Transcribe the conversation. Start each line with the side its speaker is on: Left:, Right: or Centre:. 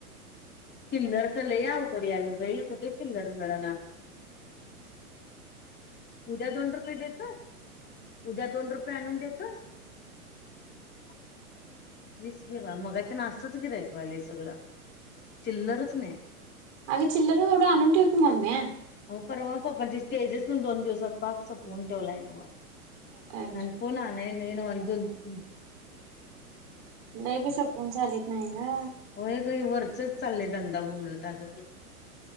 Left: चिल्लरच लई अवघड आलं बाई. कुठे चील्लर मिळना. उद्या दोन रुपये देतोस? उद्या दोन रुपये आणून देतोस? <inaudible> वीस घेवा. मगाच्यान असंच गिऱ्हाईक व्हायला सगळं. चिल्लरच नाही.
Right: अग चिल्लर एवढ आणून ठेव की मम्मे.
Left: मग परवा पप्पा न ते स तेजसन दोन दिवसात पार सुकवून ठेवलायल नो वा.
Right: काय
Left: अन पुन्हा नही नाहि ना <unintelligible>
Right: नाही बी सपून चालीत नाही ना.
Left: होय गं हे वरचच चाललंय धंदा बोंबलत अगं.